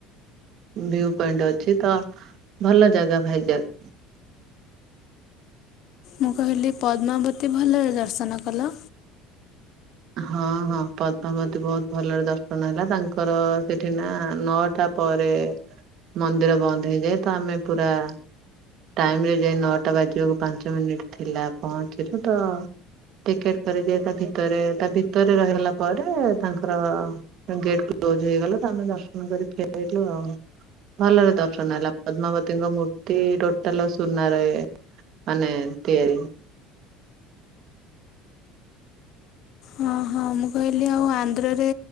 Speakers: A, on the right; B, on the left.
A: ଭୁ ପଏଣ୍ଟ ଅଛି ତ ଭଲ ଜାଗା ଭାଇଯାକ୍।
B: ମୁଁ କହିଲି ପଦ୍ମାବତୀ ଭଲରେ ଦର୍ଶନ କଲ।
A: ହଁ ହଁ ପଦ୍ମାବତୀ ବହୁତ ଭଲରେ ଦର୍ଶନ ହେଲା ତାଙ୍କର ସେଠି ନା ନଅଟା ପରେ ମନ୍ଦିର ବନ୍ଦ ହେଇଯାଏ ତ ଆମେ ପୁରା ଟାଇମ ରେ ଯାଇଏ ନଅଟା ବାଜିବାକୁ ପାଞ୍ଚ ମିନିଟ ଥିଲା ପହଞ୍ଚିଲୁ ତ ଟିକେଟ କରିଦିଏ ତା ଭିତରେ ତା ଭିତରେ ରହିଲା ପରେ ତାଙ୍କର ଗେଟ୍ କ୍ଲୋଜ ହେଇଗଲା ତ ଆମେ ଦର୍ଶନ କରି ଫେରାଇଲୁ ଆଉ। ଭଲରେ ଦର୍ଶନ ହେଲା ପଦ୍ମାବତୀଙ୍କ ମୂର୍ତ୍ତି ଟୋଟାଲ ସୁନାରେ ମାନେ ତିଆରି।
B: ହଁ ହଁ ମୁଁ କହିଲି ଆଉ ଆନ୍ଧ୍ରରେ